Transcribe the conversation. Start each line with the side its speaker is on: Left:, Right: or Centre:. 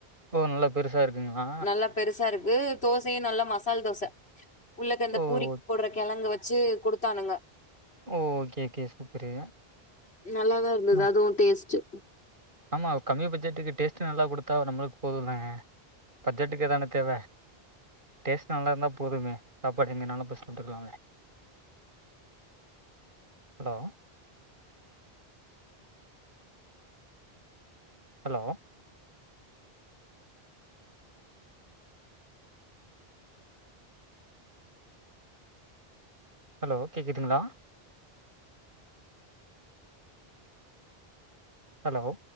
Right: ஓ! நல்லா பெருசா இருக்குங்களா?
Left: நல்ல பெருசாருக்கு தோசையு நல்லா மசால் தோச உள்ளக்க அந்த
Right: ஓ!
Left: பூரிக்
Right: ஓ!
Left: போடுற கெழங்கு வச்சு குடுத்தானுங்க
Right: ஓ ஓகே ஓகே சூப்பரு
Left: நல்லாதா இருந்தது
Right: ம்.
Left: அதுவு டேஸ்ட்டு
Right: ஆமா ஒரு கம்மி பட்ஜெட்டுக்கு டேஸ்ட்டு நல்லா குடுத்தா நம்மளுக்கு போதுதாங்க பட்ஜெட்கு தான தேவ டேஸ்டு நல்லா இருந்தா போதுமே சாப்பாடு எங்கனாலு போய் சாப்ட்டுக்கலாங்க ஹலோ ஹலோ ஹலோ கேட்குதுங்களா ஹலோ